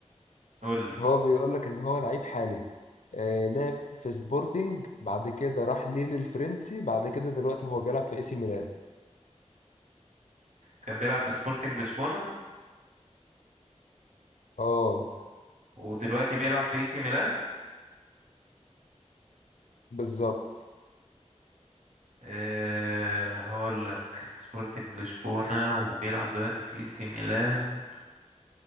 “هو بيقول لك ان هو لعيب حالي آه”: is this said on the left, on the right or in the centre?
Left